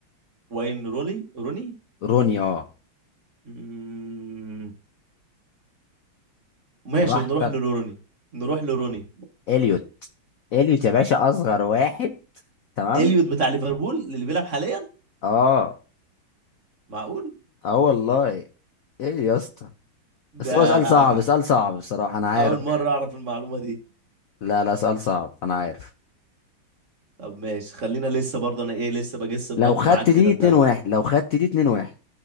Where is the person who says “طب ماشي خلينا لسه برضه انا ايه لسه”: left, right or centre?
Right